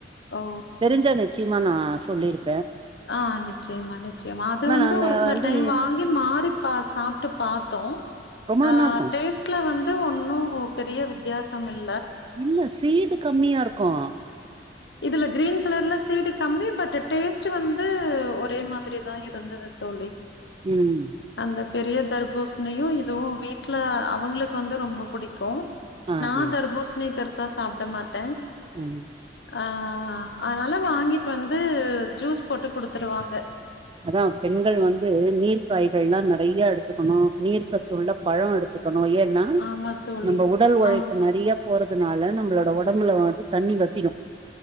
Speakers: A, on the left; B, on the right.
A: ஓ
B: தெரிஞ்சா நிச்சயமா நா சொல்லிருப் இத
A: ஆஹ் நிச்சயமா நிச்சயமா அது வந்து
B: நாங்க
A: ஒரு சில
B: வந்து
A: டைம் வாங்கி மாறி பா சாப்டு பாத்தோ
B: ரொம்ப நாளா
A: ஆஹ்
B: இருக்கோ
A: டேஸ்ட்ல வந்து ஒன்னும் பெரிய வித்தியாசம் இல்
B: இல்ல சீடு கம்மியா இருக்கு அ
A: இதுல கிரீன் கலர்ல சீடு கம்மி பட் டேஸ்ட் வந்து ஒரே மாதிரி தா இருந்தது தோழி
B: ம்
A: அந்த பெரிய தர்ப் பூசனையு இதுவு வீட்ல அவங்களுக்கு வந்து ரொம்ப புடிக்கு
B: ஆ
A: நா
B: ஆ
A: தர்பூஸ்ணி பெருசா சாப்ட மாட்டே
B: உம்
A: அஹ் அதனால வாங்கிட்டு வந்து ஜூஸ் போட்டு குடுத்துருவாங்க
B: அதான் பெண்கள் வந்து நீர் காய்கள்லா நெறைய எடுத்துக்கணு நீர் சத்துள்ள பழ எடுத்துக் கனோ ஏன்னா
A: ஆமா தோழி
B: நம்ம உடல் உழைப்பு
A: ஆ
B: நெறைய போறதுனால நம்மளோட ஒடம்புல வந்து தண்ணி வத்திடு